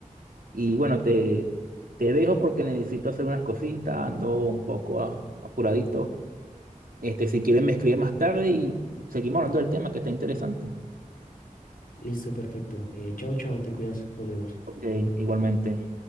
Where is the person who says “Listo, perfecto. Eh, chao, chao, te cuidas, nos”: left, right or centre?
Left